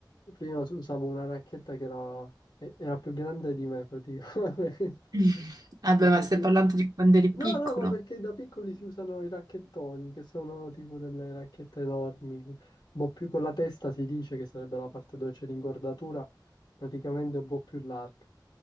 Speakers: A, on the left (about 70°); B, on the right (about 55°).
A: prima us- usavo una racchetta che era, e- era più grande di me praticamente.
B: <laughs>
A: <laughs>
B: Vabbè,
A: Perché
B: ma stai
A: sì.
B: parlando di quando eri
A: No,
B: piccolo.
A: no, ma perché da piccoli si usano i racchettoni, che sono tipo delle racchette enormi. Boh, più con la testa si dice che sarebbe la parte dove c'è l'ingordatura, praticamente un po' più larga.